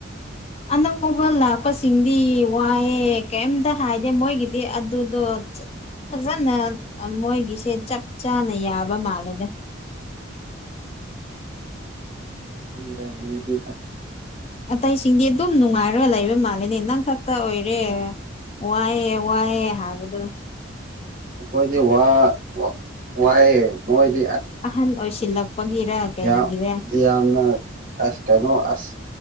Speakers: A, on the left (about 30°); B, on the right (about 45°).
A: ꯑꯅꯧꯕ ꯉꯧꯕꯥ ꯂꯥꯛꯄꯁꯤꯡꯗꯤ ꯋꯥꯏꯑꯦ ꯀꯩꯝꯇ ꯍꯥꯏꯗꯦ ꯃꯣꯏꯒꯤꯗꯤ ꯑꯗꯨꯗꯣ ꯐꯖꯅ ꯃꯣꯏꯒꯤꯁꯦ ꯆꯞ ꯆꯥꯅ ꯌꯥꯕ ꯃꯥꯜꯂꯦꯗ
B: <unintelligible>
A: ꯑꯇꯩꯁꯤꯡꯗꯤ ꯑꯗꯨꯝ ꯅꯨꯡꯉꯥꯏꯔꯒ ꯂꯩꯕ ꯃꯥꯜꯂꯦꯅꯦ ꯅꯪ ꯈꯛꯇ ꯑꯣꯏꯔꯦ ꯋꯥꯏꯑꯦ ꯑꯦꯋꯥꯌꯦ ꯍꯥꯏꯕꯗꯨ
B: ꯍꯣꯢꯅꯦ ꯋꯥ ꯋꯥꯏꯑꯦ ꯃꯣꯏꯗꯤ ꯑꯁ
A: ꯑꯍꯟ ꯑꯣꯏꯁꯤꯜ ꯂꯛꯄꯒꯤꯔ ꯀꯩꯒꯤꯔ
B: ꯌꯥꯝ ꯌꯥꯝꯅ ꯑꯁ ꯇꯩꯅꯣ ꯑꯁ